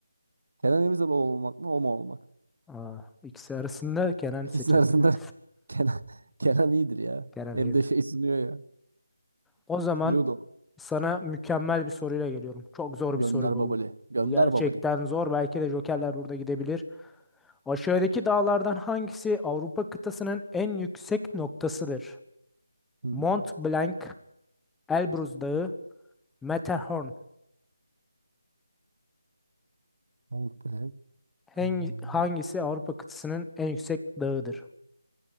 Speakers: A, on the right; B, in the centre.
A: Kenan İmirzalıoğlu olmak mı? O mu olmak?
B: Aa, ikisi arasında Kenan
A: İkisinin
B: seçerdim.
A: arasında <laughs> Kenan, Kenan iyidir ya.
B: <laughs> Kenan
A: Hem
B: iyidir.
A: de şey sunuyor ya.
B: O zaman
A: Sunuyordu o.
B: sana mükemmel bir soruyla geliyorum. Çok zor
A: Gönder
B: bir soru bu.
A: babali. Gönder
B: Bu gerçekten
A: babali.
B: zor. Belki de jokerler burada gidebilir. Aşağıdaki dağlardan hangisi Avrupa kıtasının en yüksek noktasıdır?
A: Hmm.
B: Mont Blanc, Elbrus Dağı, Matterhorn.
A: Mahmut Bülent.
B: Hangi,
A: Hmm.
B: hangisi Avrupa kıtasının en yüksek dağıdır?